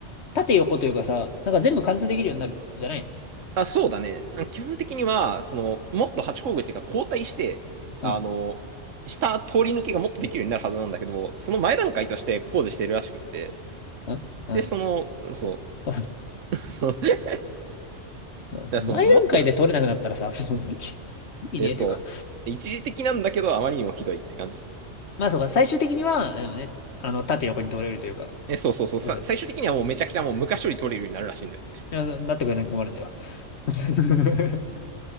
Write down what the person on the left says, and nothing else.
縦横というかさ、なんか全部貫通できるようになるじゃないの
うん。
うん。うん。
<laughs>
そうその前段階で取れなくなったらさ、
<laughs> もう意味、意味ねえというか。
まあそうか、最終的には、でもね、あの、縦横に取れるというか、
どうせ、
い
やなってくれなく困るんだよ。<laughs>